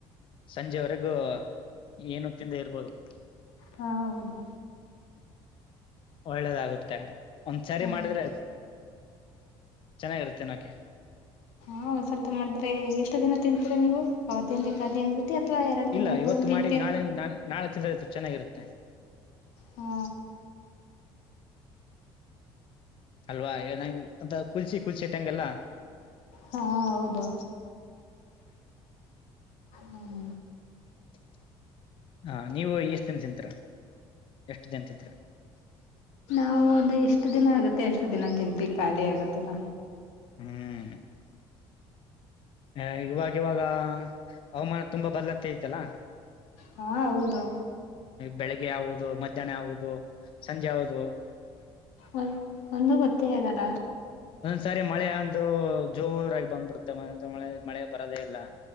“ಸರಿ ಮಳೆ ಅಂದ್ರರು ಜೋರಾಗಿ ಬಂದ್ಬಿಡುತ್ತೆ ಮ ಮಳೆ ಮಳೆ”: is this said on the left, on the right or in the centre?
Left